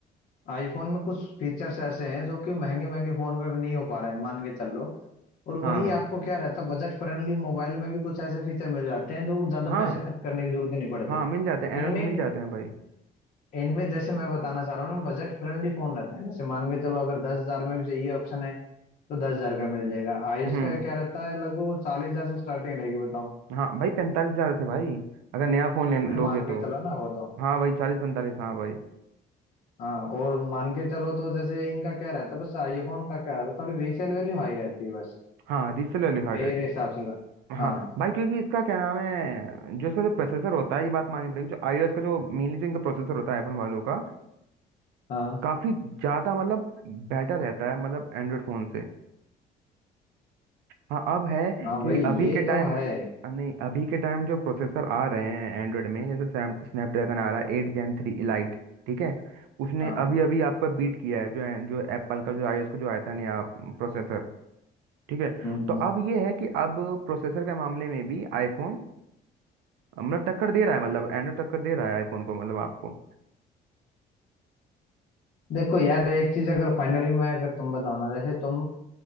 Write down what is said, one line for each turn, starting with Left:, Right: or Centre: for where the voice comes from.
Left: आईफोन में कुछ फीचर्स ऐसे हैं जो कि महंगे महंगे फोन पे भी नहीं हो पा रहे हैं मान के चल लो और
Right: हाँ
Left: वही
Right: हाँ
Left: आपको क्या रहता है बजट फ्रेंडली मोबाइल में भी कुछ ऐसे फीचर मिल जाते हैं जो ज्यादा
Right: हाँ
Left: पैसे खर्च करने की जरूरत ही नहीं पड़ती
Right: हाँ मिल जाते हैं एंड्रॉइड
Left: इनमें
Right: में
Left: एक
Right: मिल जाते हैं भाई
Left: इनमें जैसे मैं बताना चाह रहा हूँ ना बजट फ्रेंडली फोन रहते हैं जैसे मान के चलो अगर दस हजार में भी चाहिए ऑप्शन है तो दस हजार का मिल जाएगा आयुष
Right: हम्म
Left: का क्या रहता है लगभग वो चालीस हजार से स्टार्टिंग रहेगी बताओ
Right: हाँ भाई पैंतालीस हजार से भाई अगर नया फ़ोन ले
Left: भाई
Right: लोगे
Left: मान के
Right: तो
Left: चलो ना वो तो
Right: हाँ भाई चालीस पैंतालीस हाँ भाई
Left: हाँ और मान के चलो तो जैसे इनका क्या रहता है बस आईफोन का क्या रहता है थोड़ी रीसेल वैल्यू हाई रहती है बस
Right: हाँ रीसेल वैल्यू हट
Left: मेरे हिसाब से तो।
Right: हाँ
Left: हाँ
Right: भाई क्योंकि इसका क्या नाम है जो इसका जो प्रोसेसर होता है ये बात माननी पड़ेगी जो iOS का जो मेनली जो इनका प्रोसेसर होता है आईफोन वालों का
Left: हाँ
Right: काफी ज्यादा मतलब बेटर रहता है मतलब एंड्रॉयड फोन से हाँ अब है
Left: हाँ
Right: कि
Left: भाई
Right: अभी
Left: ये
Right: के टाइम
Left: तो है
Right: नहीं अभी के टाइम जो प्रोसेसर आ रहे हैं एंड्रॉयड में जैसे स्नैपड्रैगन आ रहा है एट जेन थ्री इलाइट ठीक है उसने
Left: हाँ
Right: अभी अभी आपका बीट किया है जो जो एप्पल का जो iOS का जो आया था नया प्रोसेसर ठीक है
Left: हम्म हम्म।
Right: तो अब ये है कि अब प्रोसेसर के मामले में भी आईफोन मतलब टक्कर दे रहा है मतलब एंड्रॉइड टक्कर दे रहा है आईफोन को मतलब आपको
Left: देखो यार एक चीज अगर फाइनली मैं अगर तुम बताओ ना जैसे तुम